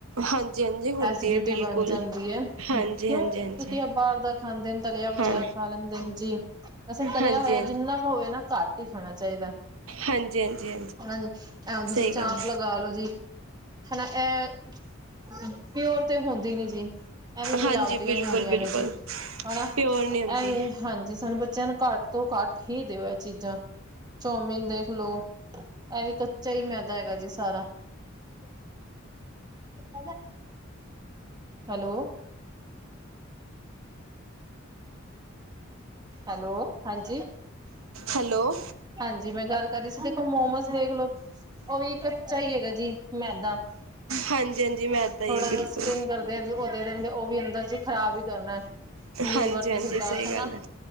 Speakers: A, on the right; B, on the right.
A: ਹਾਂਜੀ-ਹਾਂਜੀ ਹੁੰਦੀ
B: ਐਸੀਡਿਟੀ
A: ਹੈ, ਬਿਲਕੁਲ
B: ਬਣ ਜਾਂਦੀ ਹੈ,
A: ਹਾਂਜੀ
B: ਕਿਉਂ
A: ਹਾਂਜੀ
B: ਕਿਉਂਕਿ
A: ਹਾਂਜੀ
B: ਇਹ ਬਾਹਰ ਦਾ ਖਾਂਦੇ ਨੇ ਤਲਿਆ ਵਲਿਆ
A: ਹਾਂ
B: ਖਾ ਲੈਂਦੇ ਨੇ ਜੀ। ਵੈਸੇ ਤਲਿਆ
A: ਹਾਂਜੀ ਹਾਂਜੀ
B: ਹੋਇਆ, ਜਿੰਨਾ ਕੁ ਹੋਵੇ ਨਾ ਘੱਟ ਹੀ ਖਾਣਾ ਚਾਹੀਦਾ।
A: ਹਾਂਜੀ ਹਾਂਜੀ
B: ਹਾਂਜੀ, ਐ ਤੁਸੀਂ
A: ਸਹੀ
B: ਚਾਂਪ
A: ਗੱਲ
B: ਲਗਾਲੋ ਜੀ। ਹਨਾ, ਇਹ ਪਿਓਰ ਤੇ ਹੁੰਦੀ ਨੀ ਜੀ। ਐ ਵੀਂ ਮਿਲਾਵਟੀਆਂ
A: ਹਾਂਜੀ ਬਿਲਕੁਲ
B: ਹੀ ਹੁੰਦੀਆਂ,
A: ਬਿਲਕੁਲ
B: ਨੇ ਜੀ ਹਨਾ
A: ਪਿਓਰ ਨਹੀਂ ਹੁੰਦੀ
B: ਐਵੇਂ। ਹਾਂਜੀ, ਸਾਨੂੰ ਬੱਚਿਆਂ ਨੂੰ ਘੱਟ ਤੋਂ ਘੱਟ ਹੀ ਦਿਓ ਇਹ ਚੀਜ਼ਾਂ। ਚੌਮਿਨ ਦੇਖਲੋ, ਇਹ ਵੀ ਕੱਚਾ ਹੀ ਮੈਦਾ ਹੈਗਾ ਜੀ ਸਾਰਾ <inaudible> ਹੈਲੋ। ਹੈਲੋ ਹਾਂਜੀ।
A: ਹੈਲੋ
B: ਹਾਂਜੀ ਮੈਂ ਗੱਲ ਕਰ ਰਹੀ ਸੀ, ਦੇਖੋ ਮੋਮੋਸ ਦੇੇਖਲ ਉਹ ਵੀ ਕੱਚਾ ਹੀ ਹੈਗਾ ਜੀ ਮੈਦਾ।
A: ਹਾਂਜੀ ਹਾਂਜੀ ਮੈਂ ਇੱਦਾਂ ਹੀ
B: ਥੋੜਾ
A: ਹੈ ਬਿਲਕੁਲ
B: ਜਿਹਾ ਸਟੀਮ ਕਰ ਉਹਦੇ ਰਿੰਦੇ ਉਹ ਵੀ ਅੰਦਰ ਚ ਖ਼ਰਾਬ ਹੀ ਕਰਨਾ ਲੀਵਰ
A: ਹਾਂਜੀ
B: ਤੇ
A: ਹਾਂਜੀ
B: ਸਿੱਧਾ
A: ਸਹੀ ਗੱਲ
B: ਹਨਾ।
A: ਹੈ